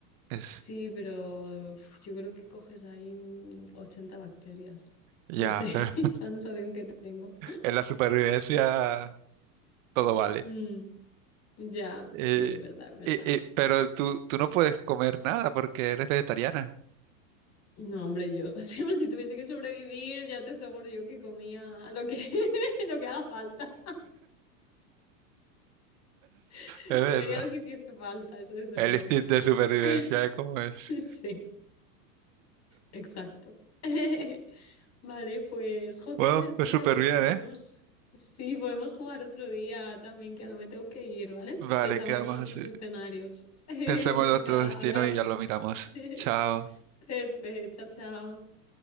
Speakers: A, on the right; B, on the left.
A: Es,
B: Sí, pero uf, yo creo que coges ahí mm, 80 bacterias.
A: ya,
B: No sé,
A: pero <laughs>
B: <laughs> es la sensación que tengo.
A: en la supervivencia todo vale.
B: Mm. Ya,
A: Eh,
B: sí, es verdad, es verdad.
A: y- y- pero tú, tú no puedes comer nada porque eres vegetariana.
B: No, hombre, yo <laughs> siempre si tuviese que sobrevivir, ya te aseguro yo que comía lo que, <laughs> lo que haga falta. <laughs>
A: <laughs> Es
B: Comería
A: verdad.
B: lo que hiciese falta, eso desde
A: El
B: luego.
A: instinto de supervivencia
B: <laughs>
A: es como es.
B: Sí, exacto. <laughs> Vale, pues, jo, qué
A: Bueno,
B: divertido.
A: pues súper bien,
B: Podemos,
A: ¿eh?
B: sí, podemos jugar otro día también, que ahora me tengo que ir, ¿vale?
A: Vale,
B: Pensamos
A: quedamos
B: en otros
A: así.
B: escenarios. <laughs> Venga,
A: Pensemos en otro destino
B: hablamos.
A: y ya lo miramos.
B: <laughs>
A: Chao.
B: Perfecto, chao, chao.